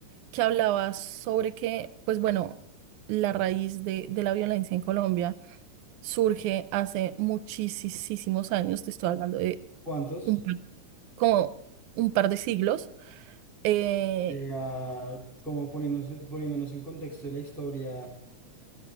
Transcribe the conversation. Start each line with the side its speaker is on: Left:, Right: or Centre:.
Right: que hablaba sobre que, pues bueno, la raíz de, de la violencia en Colombia surge hace muchísimos años, te estoy hablando de
Centre: ¿Cuántos?
Right: un, par- como un par de siglos. eh,
Centre: Eh, ah, como poniéndose- poniéndonos en contexto de la historia,